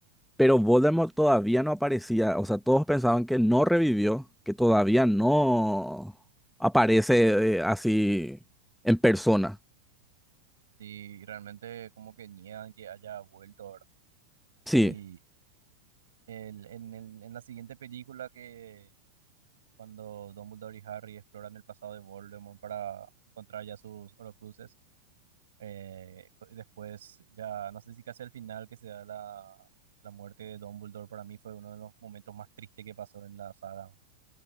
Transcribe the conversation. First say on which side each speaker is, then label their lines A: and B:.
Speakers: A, in the centre; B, on the right.
A: Pero Voldemort todavía no aparecía, o sea, todos pensaban que no revivió, que todavía no aparece eh, así en persona.
B: Y realmente como que niegan que haya vuelto ahora.
A: Sí,
B: Y el, en, el, en la siguiente película que cuando Dumbledore y Harry exploran el pasado de Voldemort para encontrar ya sus Horcruxes, Eh, co- después, ya no sé si casi al final que se da la, la muerte de Dumbledore, para mí fue uno de los momentos más tristes que pasó en la saga.